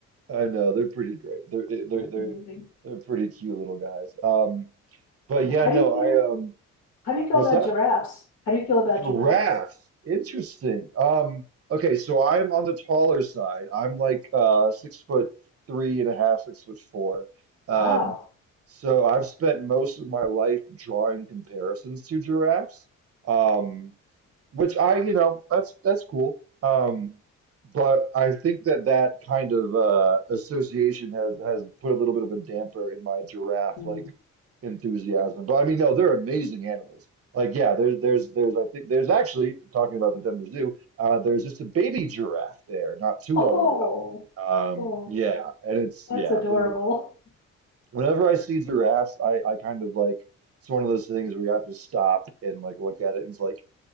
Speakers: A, on the right (about 50°); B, on the left (about 65°).
A: I know they're pretty great. They're eh, they're
B: That's
A: they're
B: amazing.
A: they're pretty cute little guys. Um, but
B: Yeah.
A: yeah,
B: How
A: no,
B: do you feel?
A: I um,
B: How do you feel
A: what's
B: about
A: that?
B: giraffes? How do you feel about
A: Giraffes,
B: giraffes?
A: Interesting. Um, okay, so I'm on the taller side. I'm like uh six foot three and a half, six foot four. Um,
B: Wow.
A: so I've spent most of my life drawing comparisons to giraffes. Um, which I, you know, that's that's cool. Um, but I think that that kind of uh association has has put a little bit of a damper in my giraffe
B: Mm.
A: like enthusiasm. But I mean, no, they're amazing animals. Like, yeah, there's there's, there's, I think there's actually talking about the Denver Zoo. Uh, there's just a baby giraffe there not too
B: Oh,
A: long ago. Um,
B: oh,
A: yeah, and it's
B: that's
A: yeah.
B: adorable.
A: There, whenever I see giraffes, I, I kind of like it's one of those things where you have to stop and like look at it and it's like,